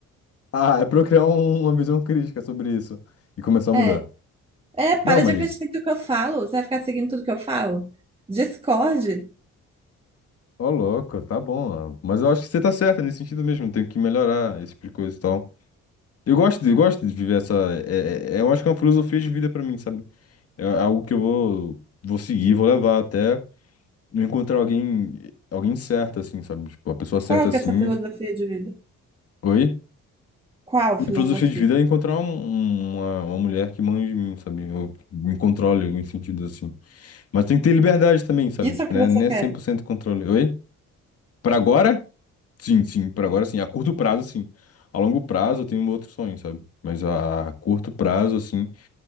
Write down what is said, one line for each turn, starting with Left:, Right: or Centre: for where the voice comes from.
Left: Ah, é pra eu criar um- uma visão crítica sobre isso e começar a
Right: É,
Left: mudar.
Right: é, para
Left: Não, mas,
Right: de acreditar em tudo que eu falo. Você vai ficar seguindo tudo que eu falo? Discorde.
Left: ó, louco, tá bom. ó. Mas eu acho que você tá certa nesse sentido mesmo. Tenho que melhorar esse tipo de coisa e tal. Eu gosto, de- eu gosto de viver essa. É, é- é, eu acho que é uma filosofia de vida pra mim, sabe? É é algo que eu vou, vou seguir, vou levar até. eu encontrar alguém, alguém certo, assim, sabe? Tipo, a pessoa certa,
Right: Qual
Left: assim.
Right: que é a sua filosofia de vida?
Left: Oi?
Right: Qual
Left: Minha
Right: filosofia?
Left: filosofia de vida é encontrar um- uma, uma mulher que manja de mim, sabe? Eu me controle em algum sentido, assim. Mas tem que ter liberdade também, sabe?
Right: Isso
Left: Tipo,
Right: é o que
Left: né?
Right: você
Left: Não é
Right: quer.
Left: cem por cento controle. Oi? Pra agora? Sim, sim. Pra agora, sim. A curto prazo, sim. A longo prazo, eu tenho um outro sonho, sabe? Mas a a curto prazo, assim,